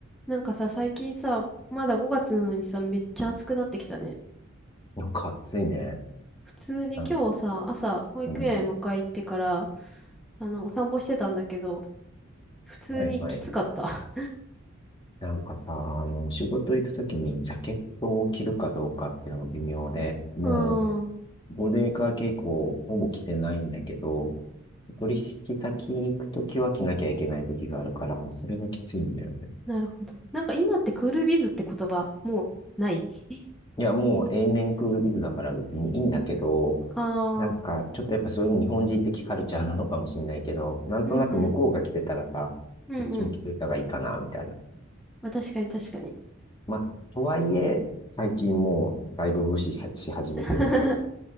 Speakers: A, in the centre; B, on the left (about 20°).
A: なんかさ、最近さ、まだ5月なのにさ、めっちゃ暑くなってきたね。
B: なんか暑いね。
A: 普通に今日さ、
B: なん、
A: 朝、保育園迎え行ってから、
B: うん、
A: あの、お散歩してたんだけど、普通にきつかった。
B: はいはい。なんかさ、あの、仕事行くときにジャケットを着るかどうかっていうのも微妙で、
A: <laughs>
B: もう、
A: うーん、
B: ゴールデンウィーク明け以降、ほぼ着てないんだけど、取引先行くときは着なきゃいけないときがあるから、それがきついんだよね。
A: なるほど。なんか今ってクールビズって言葉、もうない。<laughs>
B: いや、もう永年クールビズだから別にいいんだけど、
A: あ
B: なんか、
A: あ、
B: ちょっとやっぱそういう日本人的カルチャーなのかもしれないけど、なんとなく向こうが着てたらさ、
A: うんうん、うんうん。
B: こっちも着といた方がいいかな、みたいな。
A: あ、確かに確かに。
B: まあ、とはいえ、最近もうだいぶ無視し始めてるけど、
A: <laughs>